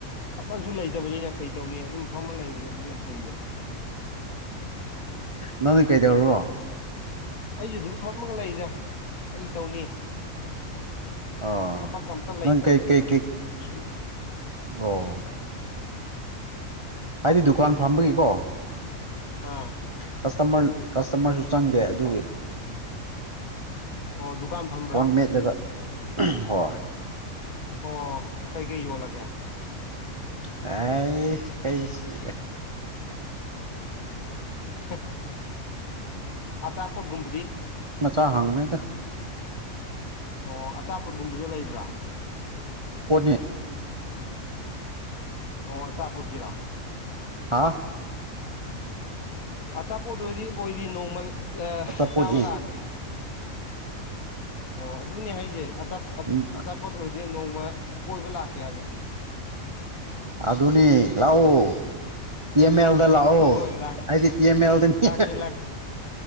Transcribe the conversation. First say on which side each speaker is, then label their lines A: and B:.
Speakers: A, on the left; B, on the right.
A: ꯊꯕꯛꯁꯨ ꯂꯩ ꯇꯕꯅꯤꯅ ꯀꯩ ꯇꯧꯅꯤ ꯑꯗꯨꯝ ꯐꯝꯃ ꯂꯩꯕ ꯑꯗꯨꯅ ꯐꯩꯗ
B: ꯅꯪꯅꯦ ꯀꯩꯗꯧꯔꯣ
A: ꯑꯩꯁꯨ ꯑꯗꯨꯝ ꯐꯝꯃꯒ ꯂꯩꯗ ꯇꯧꯅꯤ
B: ꯑꯣ
A: ꯊꯕꯛ ꯑꯝꯇ ꯂꯩꯇꯕ
B: ꯅꯪ ꯀꯩ
A: ꯑꯗꯨꯒꯤ
B: ꯀꯩ ꯀꯩ
A: ꯁꯨꯝ
B: ꯑꯣ ꯑꯩꯗꯤ ꯗꯨꯀꯥꯟ ꯐꯝꯕꯒꯤꯀꯣ
A: ꯑꯥ
B: ꯀ ꯇ ꯀꯁꯇꯃꯔꯁꯨ ꯆꯪꯗꯦ ꯑꯗꯨꯒꯤ
A: ꯑꯣ ꯗꯨꯀꯥꯟ ꯊꯝꯕ꯭ꯔꯥ
B: ꯐꯣꯟ ꯃꯦꯠꯂꯒ ꯍꯣꯏ
A: ꯑꯣ ꯀꯩꯀꯩ ꯌꯣꯜꯂꯒꯦ
B: ꯑ ꯀꯁꯤ
A: <unintelligible> ꯑ ꯆꯆꯥꯥꯄꯣꯠꯒꯨꯝ
B: ꯃꯆꯥ ꯍꯥꯡꯕꯩꯗ
A: ꯑꯣ ꯑꯆꯥꯄꯣꯠꯒꯨꯝꯕꯁꯨ ꯂꯩꯕ꯭ꯔꯥ
B: ꯍꯣꯅꯤ
A: ꯑꯣ ꯑꯆꯥꯄꯠꯀꯤꯔꯥ
B: ꯍꯥꯥ
A: ꯑꯆꯥꯄꯣꯠꯗ ꯑꯣꯏꯗꯤ ꯑꯣꯏꯗꯤ ꯅꯣꯡꯃꯜ ꯑ
B: ꯑꯆꯥꯄꯣꯠꯅꯤ
A: ꯆꯥꯕ ꯂꯒꯦ ꯑꯣ ꯑꯗꯨꯅꯦ ꯍꯥꯏꯁꯦ ꯆꯥ
B: ꯎꯝ
A: ꯑꯆꯥꯄꯣꯠ ꯑꯣꯏꯔꯗꯤ ꯅꯣꯡꯃ ꯀꯣꯏꯕ ꯂꯥꯛꯀꯦ ꯍꯥꯏꯒ
B: ꯑ ꯗꯨꯅꯤ ꯂꯑꯣ ꯇꯤ ꯑꯦꯝ ꯑꯦꯜꯗ ꯂꯥꯛꯑꯣ
A: ꯍꯣꯏ ꯍꯣꯏ ꯂꯥꯛꯀꯦ
B: ꯑꯩꯗꯤ ꯇꯤ ꯑꯦꯝ ꯑꯦꯜꯗꯅꯤ
A: ꯂꯥꯛꯀꯦ ꯂꯥꯛꯀꯦ